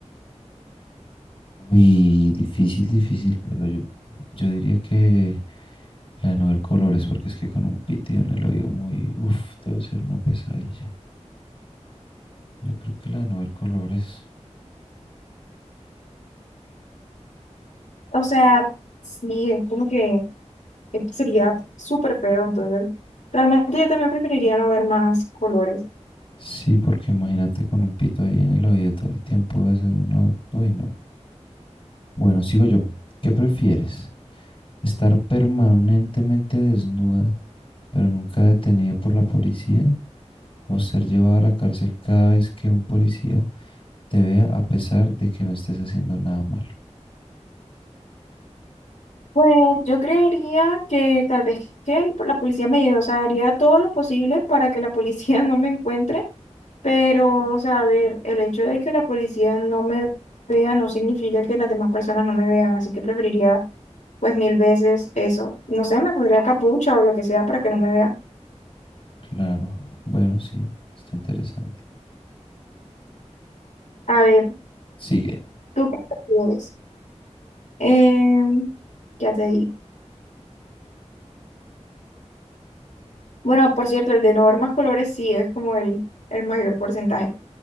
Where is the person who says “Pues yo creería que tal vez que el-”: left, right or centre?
Left